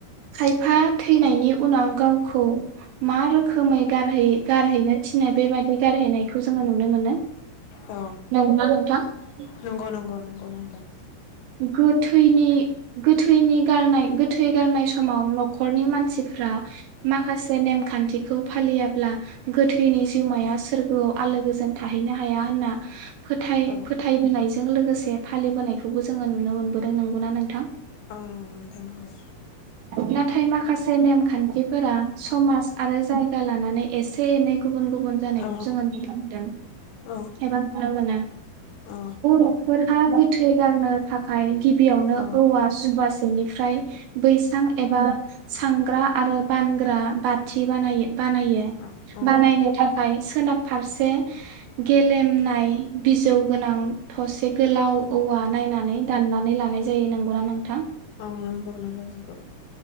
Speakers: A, on the right; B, on the left.
A: खायफा थैनायनि उनाव गावखौ मा रोखोमै गारहै गारहैनो थिनो बेबायदि गारहैनायखौ जोङो नुनो मोनो।
B: औ
A: नंगौ। <inaudible>
B: नंगौ नंगौ नंगौ नोंथां।
A: गोथैनि गोथैनि गारनाय गोथै गारनाय समाव न'खरनि मानसिफ्रा माखासे नेमखान्थिखौ फालियाब्ला गोथैनि जिउमाया सोर्गोआव आलो गोजोन थाहैनो हाया होनना फोथाय
B: औ
A: फोथायबोनायजों लोगोसे फालिबोनायखौ जोङो नुनो मोनबोदों। नंगौना नोंथां?
B: औ नोंथां नंगौ।
A: नाथाय माखासे नेमखान्थिफोरा समाज आरो जायगा लानानै एसे एनै गुबुन गुबुन जानायखौ
B: औ
A: जोङो नुनो मोनदों
B: औ
A: एबा नुनो मोनो।
B: औ
A: बर'फोराहा गोथै गारनो थाखाय गिबियावनो
B: औ
A: औवा जुबासेनिफ्राय बैसां एबा सांग्रा आरो बानग्रा बाथि बानाय बानायो
B: औ औ
A: बानायनो थाखाय सोनाब फारसे गेलेमनाय बिजौ गोनां थसे गोलाव औवा नायनानै दाननानै लानाय जायो। नोंगौना नोंथां?
B: औ नंगौ नंगौ नंगौ।